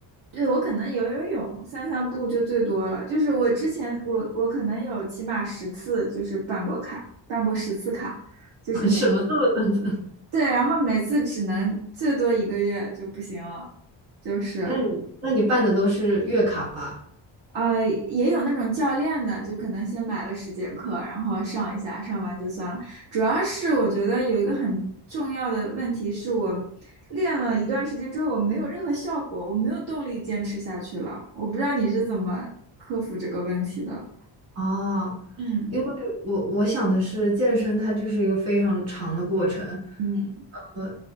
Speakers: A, on the right (about 70°); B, on the right (about 35°).
A: 对，我可能游游泳、散散步就最多了。就是我之前我我可能有起码十次就是办过卡，办过十次卡，就是每
B: <laughs> 什么做的？<laughs>
A: 对，然后每次只能最多一个月就不行了，就是。
B: 那你那你办的都是月卡吧？
A: 呃，也有那种教练的，就可能先买了十节课，然后上一下，上完就算了。主要是我觉得有一个很重要的问题是我练了一段时间之后，我没有任何效果，我没有动力坚持下去了。我不知道你是怎么克服这个问题的。
B: 啊，
A: 嗯
B: 因为我我想的是健身，它就是一个非常长的过程，
A: 嗯，
B: 呃，